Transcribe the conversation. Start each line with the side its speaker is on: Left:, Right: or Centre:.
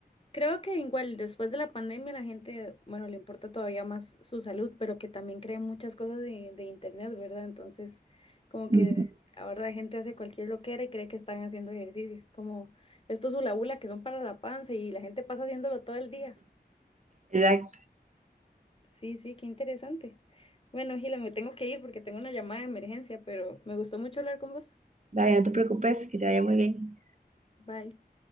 Left: Creo que igual después de la pandemia la gente, bueno, le importa todavía más su salud, pero que también cree muchas cosas de, de internet, ¿verdad? Entonces, como que
Right: Ujú.
Left: ahora la gente hace cualquier loquera y cree que están haciendo ejercicio, como estos hula hula que son para la panza y la gente pasa haciéndolo todo el día.
Right: Exacto.
Left: Sí, sí, qué interesante. Bueno, Gila, me tengo que ir porque tengo una llamada de emergencia, pero me gustó mucho hablar con vos.
Right: Dale, no te preocupes, que te vaya muy bien.
Left: Bye.